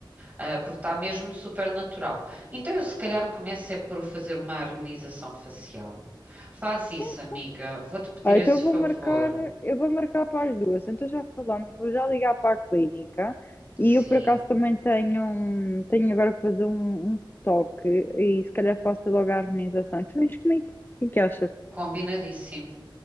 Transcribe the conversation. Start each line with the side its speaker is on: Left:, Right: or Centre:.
Right: Ah, porque está mesmo super natural. Então eu se calhar começo é por fazer uma harmonização facial. Faz isso,
Left: sim, sim.
Right: amiga, vou-te pedir
Left: Olha,
Right: esse
Left: então eu
Right: favor.
Left: vou marcar, eu vou marcar para as duas. Então já falamos, vou já ligar para a clínica e
Right: Sim,
Left: eu por acaso também tenho, um- tenho agora para fazer um, um toque e se calhar faço logo a harmonização. E tu vens comigo, o que é que achas?
Right: combinadíssimo.